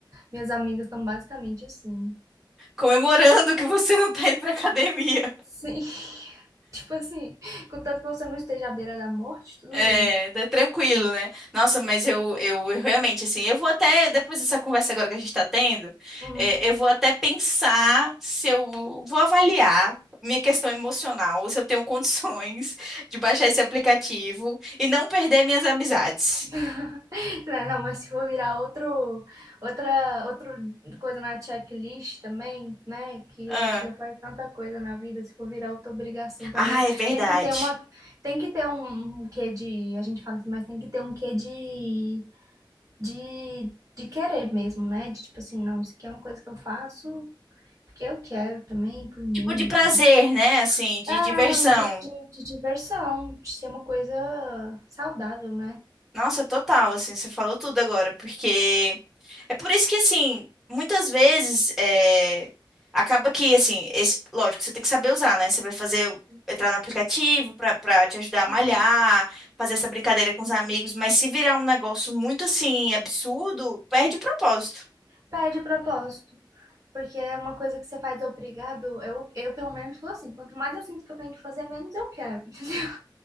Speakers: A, on the right; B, in the centre.
A: minhas amigas estão basicamente assim.
B: Comemorando que você não tá indo pra academia.
A: Sim. <laughs> Tipo assim, contanto que você não esteja à beira da morte, tudo
B: É,
A: bem.
B: tá tranquilo, né? Nossa, mas eu, eu, eu realmente, assim, eu vou até, depois dessa conversa agora que a gente tá tendo,
A: Hum.
B: é, eu vou até pensar se eu vou avaliar minha questão emocional, se eu tenho condições <laughs> de baixar esse aplicativo e não perder minhas amizades.
A: <laughs> Não, não, mas se for virar outro, outra, outra coisa na checklist também, né? Que
B: Ah,
A: a gente já faz tanta coisa na vida, se for virar outra obrigação também,
B: ah, é verdade.
A: tem que ter uma, tem que ter um, um quê de, a gente fala assim, mas tem que ter um quê de de, de querer mesmo, né? De tipo assim, não, isso aqui é uma coisa que eu faço porque eu quero também, por mim
B: Tipo de prazer,
A: e tal.
B: né? Assim, de
A: Ah,
B: diversão.
A: um querer de, de diversão, de ser uma coisa saudável, né?
B: Nossa, total, assim, você falou tudo agora, porque. É por isso que, assim, muitas vezes é, acaba que, assim, esse, lógico, você tem que saber usar, né? Você vai fazer, entrar no aplicativo pra pra te ajudar a malhar,
A: Uhum.
B: fazer essa brincadeira com os amigos, mas se virar um negócio muito, assim, absurdo, perde o propósito.
A: Perde o propósito. Porque é uma coisa que você faz obrigado, eu, eu pelo menos sou assim, quanto mais eu sinto que eu tenho que fazer, menos eu quero. <laughs>